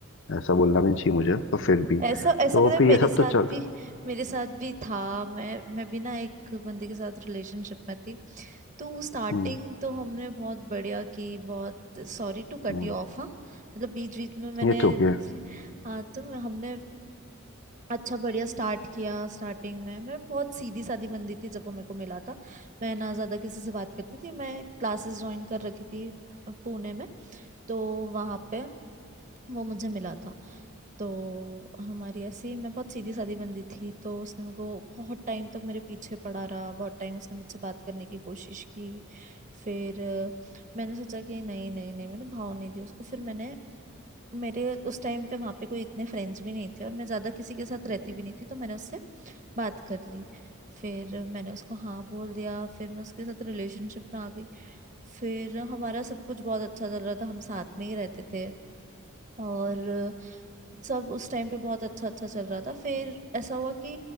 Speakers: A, on the left; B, on the right.
A: ऐसा बोलना भी नहीं चाहिए मुझे पर फिर भी
B: ऐसा ऐसा
A: तो
B: पता है
A: फिर
B: मेरे
A: ये सब
B: साथ
A: तो चल
B: भी मेरे साथ भी था मैं मैं भी ना एक बंदे के साथ रिलेशनशिप में थी तो स्टार्टिंग
A: हम्म।
B: तो हमने बहुत बढ़िया की बहुत Sorry to cut
A: हम्म,
B: you off हाँ मतलब बीच बीच में मैंने
A: ये ठीक है
B: <laughs> हाँ तो हमने अच्छा बढ़िया स्टार्ट किया स्टार्टिंग में मैं बहुत सीधी सादी बंदी थी जब वो मेरे को मिला था मैं ना ज़्यादा किसी से बात करती थी मैं क्लासेस ज्वाइन कर रखी थी पुणे में तो वहाँ पे वो मुझे मिला था तो हमारी ऐसी मैं बहुत सीधी सादी बंदी थी तो उसने मेरे को बहुत टाइम तक मेरे पीछे पड़ा रहा बहुत टाइम उसने मुझसे बात करने की कोशिश की फिर अ, मैंने सोचा कि नहीं नहीं नहीं मैंने भाव नहीं दी उसको फिर मैंने मेरे उस टाइम पे वहाँ पे कोई इतने फ्रेंड्स भी नहीं थे और मैं ज़्यादा किसी के साथ रहती भी नहीं थी तो मैंने उससे बात कर ली फिर मैंने उसको हाँ बोल दिया फिर मैं उसके साथ रिलेशनशिप में आ गई फिर हमारा सब कुछ बहुत अच्छा चल रहा था हम साथ में ही रहते थे और सब उस टाइम पे बहुत अच्छा अच्छा चल रहा था फिर ऐसा हुआ कि